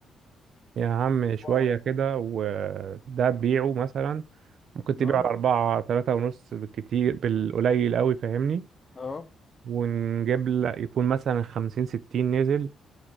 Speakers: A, on the right (about 65°); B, on the left (about 35°).
A: يا عم شوية
B: هو-
A: كده وده تبيعه مثلا ممكن تبيعه
B: اه
A: على أربعة تلاتة ونص بالكتير بالقليل قوي فاهمني
B: اه
A: ونجيب لك يكون مثلا خمسين ستين نزل